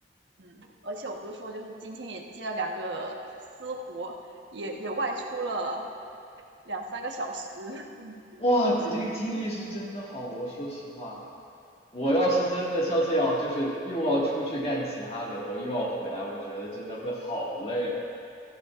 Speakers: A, on the right (about 80°); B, on the left (about 35°).
A: 嗯，而且我不是说，就是今天也接了两个私活，也也外出了两三个小时。<laughs>
B: 哇，你这个经历是真的好，
A: 是
B: 我说实话，我要是真的像这样，就是又要出去干其他的，然后又要回来，我觉得真的会好累啊。